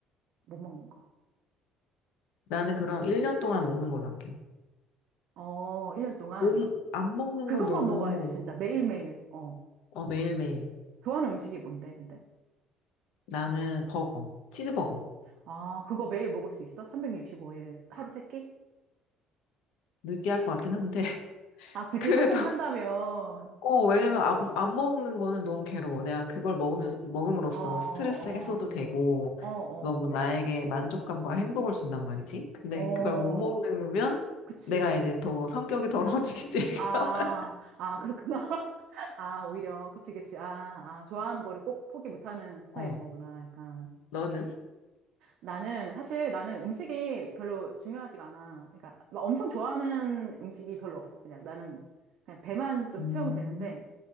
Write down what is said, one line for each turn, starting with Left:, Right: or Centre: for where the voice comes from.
Right: 못 먹는 거.
Left: 나는 그럼 1년 동안 먹는 걸로 할게.
Right: 어, 1년 동안
Left: 몸, 안 먹는
Right: 그것만
Left: 건 너무,
Right: 먹어야 돼, 진짜. 매일매일. 어.
Left: 어, 매일매일.
Right: 좋아하는 음식이 뭔데, 근데?
Left: 나는 버거. 치즈버거.
Right: 아, 그거 매일 먹을 수 있어? 365일 하루 세 끼?
Left: 느끼할 것 같긴 한데, <laughs>
Right: 아, 굳이
Left: 그래도
Right: 선택한다면,
Left: 어, 왜냐면 안, 안 먹는 거는 너무 괴로워. 내가 그걸 먹으면서, 먹음으로써
Right: 어, 어,
Left: 스트레스 해소도 되고,
Right: 어, 어,
Left: 너무 나에게 만족감과 행복을 준단 말이지. 근데
Right: 어, 어,
Left: 그걸 못 먹으면
Right: 그치.
Left: 내가 이제 더 성격이 더러워지겠지. <laughs>
Right: 아, 아, 그렇구나. <laughs> 아, 오히려, 그치, 그치. 아, 아, 좋아하는 거를 꼭 포기 못하는 스타일인
Left: 어,
Right: 거구나, 약간.
Left: 너는?
Right: 나는 사실 나는 음식이 별로 중요하지가 않아. 그러니까 막 엄청 좋아하는 음식이 별로 없어. 그냥 나는 그냥 배만 좀
Left: 음,
Right: 채우면 되는데